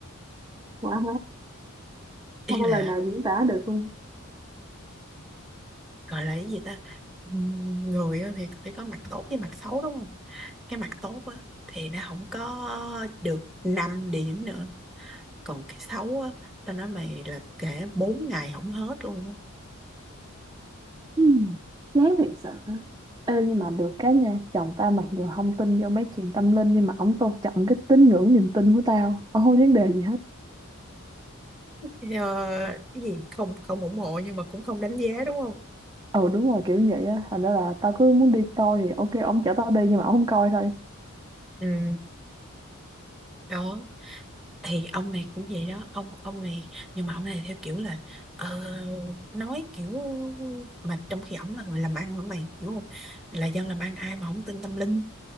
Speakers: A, on the right; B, in the centre.
A: quả hết
B: Ý
A: không có
B: là
A: lời nào diễn tả được luôn
B: gọi là cái gì ta? Ừm, Người á thì phải có mặt tốt với mặt xấu đúng không? Cái mặt tốt á thì nó không có được 5 điểm nữa còn cái xấu á tao nói mày là kể 4 ngày không hết luôn á
A: Ừ, chán thiệt sự á. Ê, nhưng mà được cái nha chồng tao mặc dù không tin vô mấy chuyện tâm linh nhưng mà ổng tôn trọng cái tín ngưỡng niềm tin của tao ổng không vấn đề gì hết
B: Ờ, cái gì không không ủng hộ nhưng mà cũng không đánh giá đúng không
A: ừ đúng rồi kiểu vậy á thành ra là tao cứ muốn đi coi thì ok ổng chở tao đi nhưng mà ổng không coi thôi
B: ừ đó thì ông này cũng vậy đó ông ông này nhưng mà ông này theo kiểu là ờ, nói kiểu mà trong khi ổng là người làm ăn nữa mày hiểu không là dân làm ăn ai mà không tin tâm linh